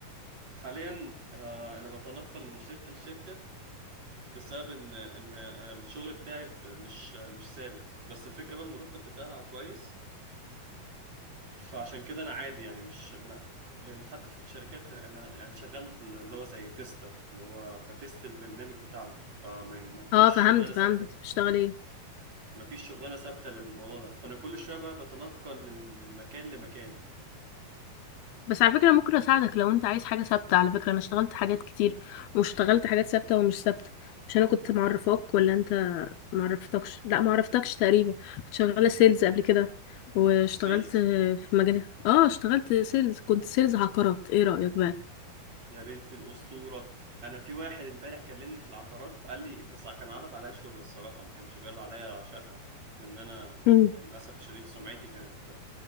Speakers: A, on the right (about 45°); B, on the left (about 85°).
A: حاليا آه انا بتنقل من شركة لشركة بسبب ان ان الشغل بتاعي في- مش مش ثابت بس الفكرة بقى المرتب بتاعها كويس فعشان كده انا عادي يعني مش ما... لان حتى في الشركات انا يعني شغال اللي هو زي تيستر اللي هو بتست البرنامج بتاعهم فما ما فيش
B: اه
A: شغلانه
B: فهمت فهمت
A: ثابته
B: انت بتشتغل ايه
A: ما فيش شغلانه ثابته للموضوع ده فانا كل شويه بقى بتنقل من من مكان لمكان
B: بس على فكرة ممكن اساعدك لو انت عايز حاجة ثابتة على فكرة انا اشتغلت حاجات كتير واشتغلت حاجات ثابتة ومش ثابتة مش انا كنت معرفاك ولا انت معرفتكش لا معرفتكش تقريبا كنت شغالة سيلز قبل كده واشتغلت
A: سيلز
B: في مجال اه اشتغلت سيلز كنت سيلز عقارات ايه رأيك بقى
A: يا بنت الاسطوره انا في واحد امبارح كلمني في العقارات قال لي بس كان عرض عليا شغل الصراحه ما كانش بيعرض عليا شقه لان انا
B: مم.
A: يعني للاسف الشديد سمعتي كانت